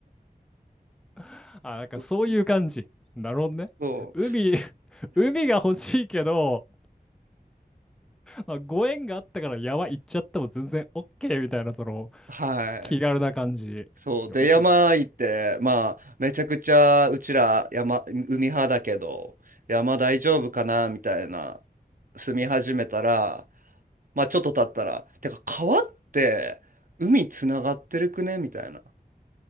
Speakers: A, in the centre; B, on the right (about 60°).
A: <laughs> あ、なんかそういう感じ。
B: そうそう
A: なるほどね。
B: そ
A: 海、<laughs> 海が欲しいけど、まあ、ご縁があったから山行っちゃっても全然 OK みたいな、その
B: う。はい。
A: 気軽な感じ。い
B: そうで山行ってまあめちゃくちゃうちら山海派だけど山大丈夫かなみたいな
A: や、いいな。
B: 住み始めたらまあちょっと経ったらてか川って海つながってるくねみたいな